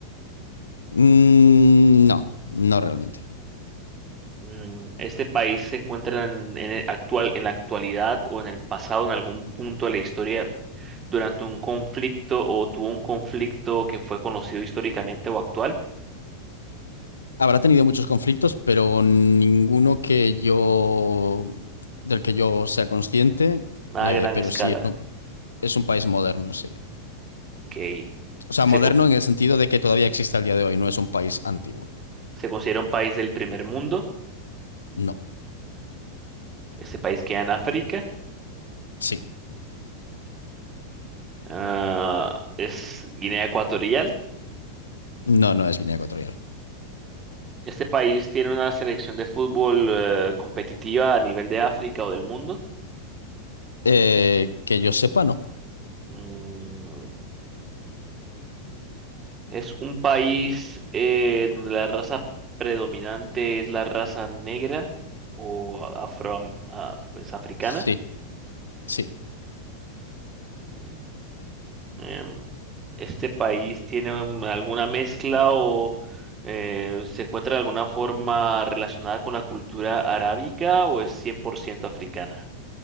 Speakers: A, on the left (about 75°); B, on the right (about 25°).
A: Mm, no, no realmente.
B: Mm, Este país se encuentra en, en el actual, en la actualidad o en el pasado, en algún punto de la historia, durante un conflicto o tuvo un conflicto que fue conocido históricamente o actual.
A: Habrá tenido muchos conflictos, pero ninguno que yo, del que yo sea consciente,
B: Nada
A: eh,
B: a gran
A: pero
B: escala.
A: sí es un, es un país moderno, sí.
B: Ok.
A: O sea,
B: Se,
A: moderno
B: co-
A: en el sentido de que todavía existe al día de hoy, no es un país antiguo.
B: se considera un país del primer mundo.
A: No,
B: Este país queda en África.
A: sí.
B: Ah, es Guinea Ecuatorial.
A: No, no es Guinea Ecuatorial.
B: Este país tiene una selección de fútbol eh, competitiva a nivel de África o del mundo.
A: Eh, que yo sepa, no.
B: Mm, es un país eh, donde la raza predominante es la raza negra o afro, ah, pues africana.
A: Sí, sí.
B: Mm, em, este país tiene um, alguna mezcla o eh, se encuentra de alguna forma relacionada con la cultura arábica o es 100% africana.